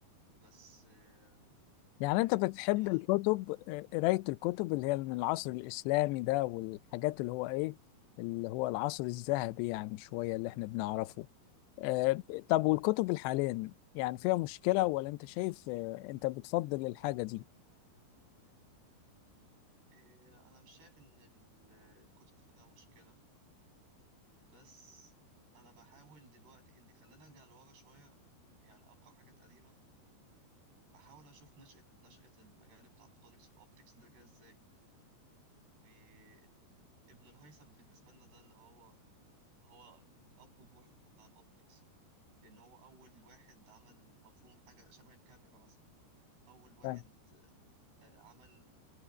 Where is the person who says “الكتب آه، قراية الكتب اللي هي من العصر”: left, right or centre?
Left